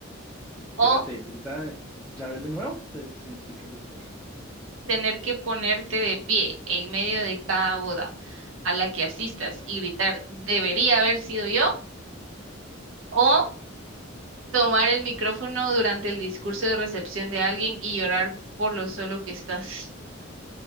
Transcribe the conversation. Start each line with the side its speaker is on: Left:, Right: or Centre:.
Centre: Espérate,
Right: o
Centre: grita. ¿La ves de nuevo? Se, se escuchó un poco cortado.
Right: tener que ponerte de pie en medio de cada boda a la que asistas y gritar, debería haber sido yo, o tomar el micrófono durante el discurso de recepción de alguien y llorar por lo solo que estás.